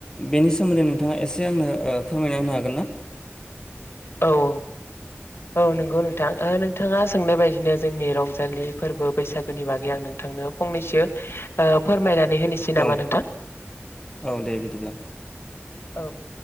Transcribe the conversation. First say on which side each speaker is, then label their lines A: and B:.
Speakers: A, on the left; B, on the left.
A: बेनि सोमोन्दै नोंथाङा एसे ओ आंनो फोरमायना होनो हागोन ना?
B: औ औ। औ नंगौ नोंथां ओ नोंथाङा सोंनाय बायदिनो जोंनि रंजालि फोरबो बैसागोनि बागै आं नोंथ नोंथांनो फंनैसो ओ फोरमायनानै होनोसै
A: औ
B: नामा नोंथां।
A: औ दे बिदिब्ला
B: औ।